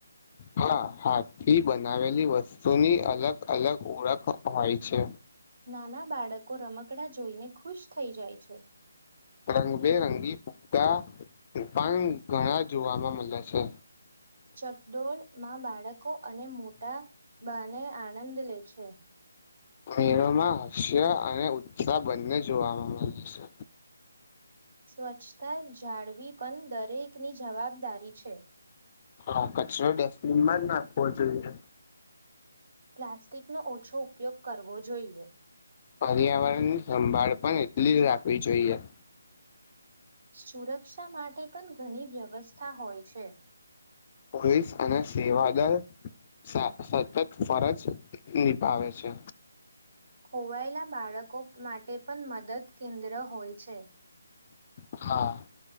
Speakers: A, on the left (about 30°); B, on the right (about 55°).
A: હા હાથ થી બનાવેલી વસ્તુની અલગ અલગ ઓળખ હોય છે.
B: નાના બાળકો રમકડા જોઈને ખુશ થઈ જાય છે.
A: રંગબેરંગી ફા પણ ઘણા જોવાવામાં મળે છે.
B: ચકડોળ માં બાળકો અને મોટા બાને આનંદ લે છે.
A: મેળોમાં હાસ્ય અને ઉત્સાહ બંને જોવાવામાં મળે છે.
B: સ્વચ્છતા જાળવી પણ દરેકની જવાબદારી છે
A: હા કચરો ડેફનમાં જ નાખો જોઈએ
B: પ્લાસ્ટિક નો ઓછો ઉપયોગ કરવો જોઈએ.
A: પર્યાવરણની સંભાળ પણ એટલી જ રાખવી જોઈએ.
B: સુરક્ષા માટે પણ ઘણી વ્યવસ્થા હોય છે.
A: પોલીસ અને સેવાદળ સતત ફરજ નિભાવે છે.
B: ખોવાયેલા બાળકો માટે પણ મદદ કેન્દ્ર હોય છે.
A: હા.